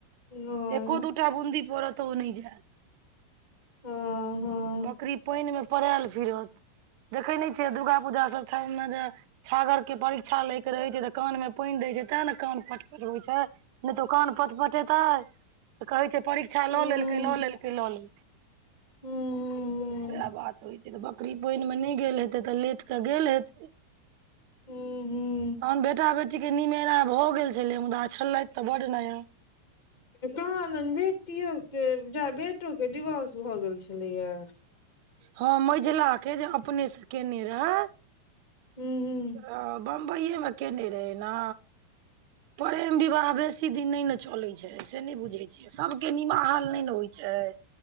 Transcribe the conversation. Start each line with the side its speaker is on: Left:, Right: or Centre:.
Left: नहि
Right: एको दूटा बुन्दी परत त उ नै जाय
Left: हँ हँ
Right: बकरी पेएन मे पड़ाएल फिरत, देखै नै छिये दुर्गा पूजा सब ठाइम मे जे छागर के परीक्षा लै के रहै छै तऽ कान में पेएन दै छै तब ने कान पट पटबै छै नै त ओ कान पटपटेतै तऽ कहै छै परीक्षा
Left: हूँ
Right: लऽ लेलकै लऽ लेलकै लऽ लेलकै।
Left: हूँ
Right: साएह बात होय छै तऽ बकरी पेएन मे नै गेल हेतै तऽ लेट त गेल हेतै। तहन
Left: हूँ हूँ
Right: बेटा-बेटी के निमेरा भऽ गेल छलै मुदा छलैथ तऽ बड नया।
Left: कहलल बेटियो के जा बेटो के डिवोर्स भऽ गेल छलैया।
Right: हां मैझला के जे अपने से केने रहै।
Left: हुं-हुं।
Right: आ बम्बेये मे केने रहै ना। परेम विवाह बेसी दिन नै ने चलै छै से नै बुझै छी। सबके निमाहल नै ने होय छै।